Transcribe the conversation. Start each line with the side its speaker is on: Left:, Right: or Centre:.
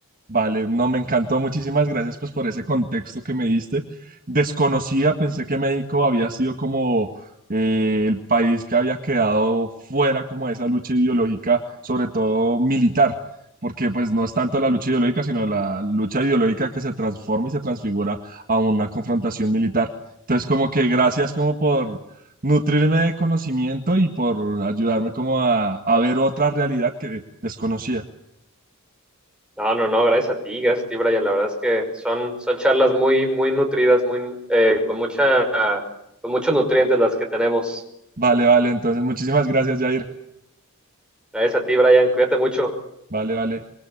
Right: Vale, no, me encantó. Muchísimas gracias pues por ese contexto que me diste. Desconocía, pensé que México había sido como eh, el país que había quedado fuera como de esa lucha ideológica, sobre todo militar, porque pues no es tanto la lucha ideológica, sino la lucha ideológica que se transforma y se transfigura a una confrontación militar. Entonces, como que gracias como por nutrirme de conocimiento y por ayudarme como a, a ver otra realidad que desconocía.
Centre: No, no, no, gracias a ti, gracias a ti, Brian. La verdad es que son, son charlas muy, muy nutridas, muy, eh, con mucha, con muchos nutrientes las que tenemos.
Right: Vale, vale, entonces muchísimas gracias, Jair.
Centre: Gracias a ti, Brian. Cuídate mucho.
Right: Vale, vale.